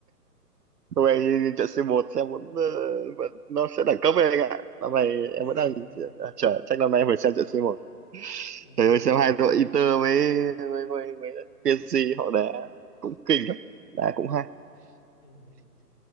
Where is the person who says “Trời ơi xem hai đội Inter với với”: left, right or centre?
Right